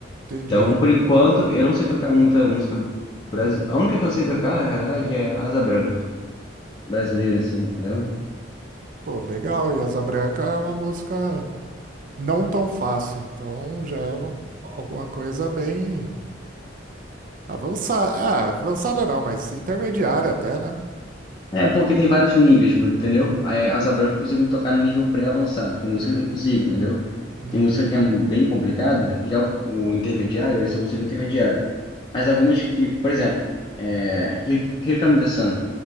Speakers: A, on the right (about 45°); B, on the left (about 25°).
A: Entendi.
B: Então, por enquanto, eu não sei tocar muita música brasileira. A única que eu sei tocar, na verdade, é Asa Branca, brasileira, assim, entendeu?
A: Pô, legal. E Asa Branca é uma música não tão fácil, então já é uma- alguma coisa bem avançada. Ah, avançada não, mas intermediária até, né?
B: É, porque tem vários níveis, pô, entendeu? Aí, é Asa Branca eu consigo tocar no nível pré-avançado. Tem música que eu não consigo, entendeu?
A: Uhum.
B: Tem música que é bem complicada. Já o, o intermediário, esse eu consigo intermediário. Mas algumas que, por exemplo, é, Here Here Comes the Sun.